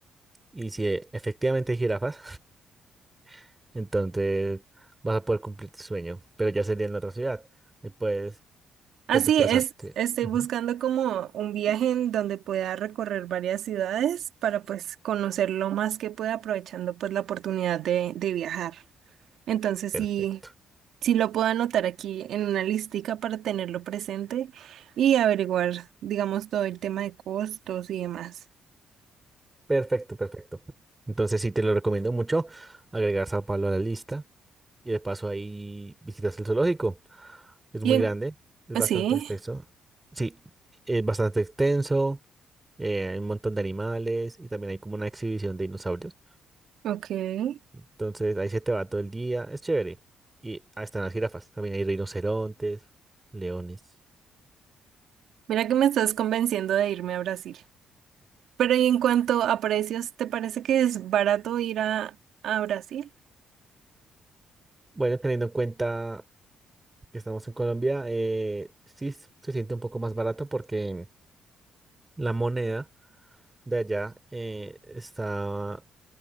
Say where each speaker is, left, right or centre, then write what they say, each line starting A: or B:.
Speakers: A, on the right; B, on the right.
A: y si eh, efectivamente hay jirafas, <laughs> entonces vas a poder cumplir tu sueño, pero ya sería en la otra ciudad y puedes,
B: Así
A: puedes desplazarte.
B: es, estoy
A: Ujú,
B: buscando como un viaje en donde pueda recorrer varias ciudades para pues conocer lo más que pueda aprovechando pues la oportunidad de, de viajar. Entonces
A: Perfecto.
B: sí. si lo puedo anotar aquí en una listica para tenerlo presente y averiguar, digamos, todo el tema de costos y demás.
A: Perfecto, perfecto. Entonces sí te lo recomiendo mucho agregar Sao Paulo a la lista y de paso ahí visitas el zoológico. Es
B: Y
A: muy
B: en-
A: grande, es bastante
B: sí,
A: extenso. Sí, es bastante extenso, eh, hay un montón de animales y también hay como una exhibición de dinosaurios.
B: ok.
A: Entonces ahí se te va todo el día, es chévere. Y ahí están las jirafas, también hay rinocerontes, leones.
B: Mira que me estás convenciendo de irme a Brasil. Pero y en cuanto a precios, ¿te parece que es barato ir a, a Brasil?
A: Bueno, teniendo en cuenta que estamos en Colombia, eh, sí se siente un poco más barato porque la moneda de allá eh, está